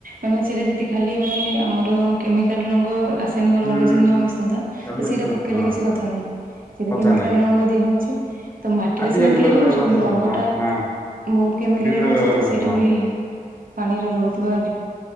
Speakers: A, on the right (about 70°); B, on the left (about 15°).
A: ମାନେ ସେଟା ଯଦି ଖାଲି ମାନେ ଆମର କେମିକାଲ ରଙ୍ଗ ରାସାୟନିକ
B: ହୁଁ
A: ରଙ୍ଗ ଯଦି ନ ମିଶନ୍ତା
B: ଆମେ
A: ତ ସେଇଟା ପକେଇଲେ
B: ହଁ
A: କିଛି କଥା ନାହିଁ ସେଇଟା
B: କଥା
A: କେମିକାଲ
B: ନାହିଁ
A: ରଙ୍ଗ ଦିଆହେଉଛି ତ ମାଟିରେ
B: ଆଜିକା
A: ସିନା
B: ଯୁଗର
A: ତିଆରି ହଉଛି
B: ରଙ୍ଗ
A: କିନ୍ତୁ ରଙ୍ଗଟା
B: ହଁ ହଁ
A: ବହୁତ କେମିକାଲ
B: ବିଭିନ୍ନ
A: ରହୁଛି
B: ପ୍ରକାର
A: ତ ସେଇଟା
B: ହଁ
A: ବି ପାଣିରେ ରହୁଥିବା